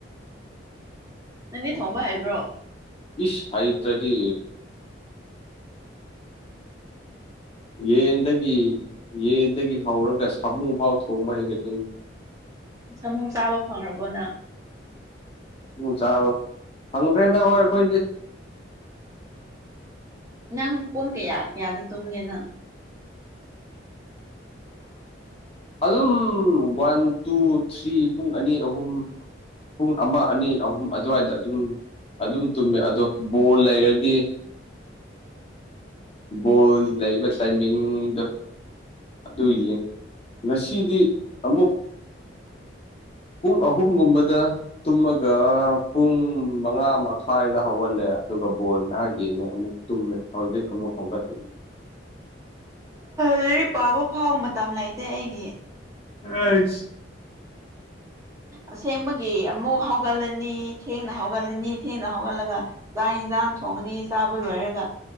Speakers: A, on the right (about 15°); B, on the left (about 30°).
A: ꯅꯪꯗꯤ ꯊꯣꯡꯕ ꯍꯥꯏꯕ꯭ꯔꯣ
B: ꯏꯁ ꯏꯇꯗꯤ ꯌꯦꯟꯗꯒꯤ ꯌꯦꯟꯗꯒꯤ ꯍꯧꯔꯒ ꯁꯥꯃꯨ ꯐꯥꯎ ꯊꯣꯡꯕ ꯍꯦꯛꯅꯤꯡꯉꯤ
A: ꯁꯃꯨ ꯆꯥꯕ ꯐꯪ꯭ꯔꯕꯣꯅ
B: ꯆꯥ ꯐꯪꯒꯦꯗ ꯑꯣꯏꯣꯏ ꯀꯣꯏ
A: ꯅꯪ ꯄꯨꯡ ꯀꯌꯥ ꯀꯌꯥꯗ ꯇꯨꯝꯒꯦꯅ
B: ꯑꯗꯨꯝ ꯋꯥꯟ ꯇꯨ ꯊ꯭ꯔꯤ ꯄꯨꯡ ꯑꯅꯤ ꯑꯍꯨꯝ ꯄꯨꯡ ꯑꯃ ꯑꯅꯤ ꯑꯍꯨꯝ ꯑꯗꯨꯋꯥꯏꯗ ꯑꯗꯨꯝ ꯑꯗꯨꯝ ꯇꯨꯝꯃꯦ ꯑꯗꯣ ꯕꯣꯜ ꯂꯩꯔꯗꯤ ꯕꯣꯜ ꯂꯩꯕ ꯇꯥꯏꯃꯤꯡꯗ ꯑꯗꯨ
A: ꯎꯝ
B: ꯌꯦꯡ ꯉꯁꯤꯗꯤ ꯑꯃꯨꯛ ꯄꯨꯡ ꯑꯍꯨꯝꯒꯨꯝꯕꯗ ꯇꯨꯝꯃꯒ ꯄꯨꯡ ꯃꯉꯥ ꯃꯈꯥꯏꯗ ꯍꯧꯍꯜꯂꯦ ꯑꯗꯨꯒ ꯕꯣ ꯉꯥꯏꯥꯒꯤꯅꯦ ꯑꯃꯨꯛ ꯇꯨꯝꯃꯦ ꯍꯧꯖꯤꯛ ꯑꯃꯨꯛ ꯍꯧꯣꯡꯒꯠꯈꯤ
A: ꯂꯔꯤ ꯄꯥꯕ ꯐꯥꯎꯕ ꯃꯇꯝ ꯂꯩꯇꯦ ꯑꯩꯒꯤ
B: ꯑ
A: ꯑꯁꯦꯡꯕꯒꯤ ꯑꯃꯨꯛ ꯍꯧ ꯍꯧꯒꯠꯂꯅꯤ ꯊꯦꯡꯅ ꯍꯧꯒꯠꯂꯅꯤ ꯊꯦꯡꯅ ꯍꯧꯒꯠꯂꯒ ꯆꯥꯛ ꯌꯦꯟꯁꯥꯡ ꯊꯣꯡꯉꯅꯤ ꯆꯥꯕ ꯂꯣꯏꯔꯒ